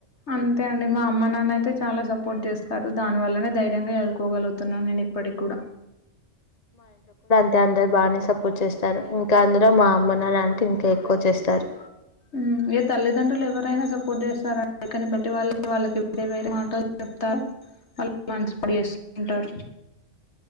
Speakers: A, on the left (about 60°); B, on the left (about 35°).
A: అంతే అండి మా అమ్మ, నాన్న అయితే చాలా స పోర్ట్ చేస్తారు. దాని వల్లనే ధైర్యంగా చదుకోగలుగుతున్నా నేన్ ఇప్పట్కి కూడా
B: అంటే అందరు బానే సపోర్ట్ చేస్తారు ఇంకా అందులో మా అమ్మ, నాన్న అంటే ఇంకా ఎక్కువ చేస్తారు.
A: మ్ ఏ తల్లిదండ్రుల్ ఎవ్వరైనా సపోర్ట్ చేస్తారు గాని <unintelligible> వాళ్ళకి వేరే వేరే మాటల్ <unintelligible> చేస్కుంటారు.